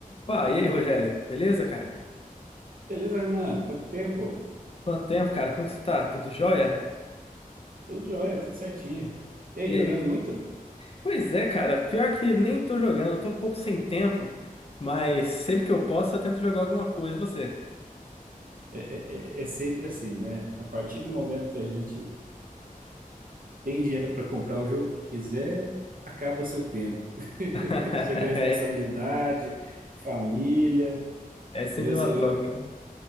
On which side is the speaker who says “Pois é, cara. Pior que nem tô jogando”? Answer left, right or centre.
Left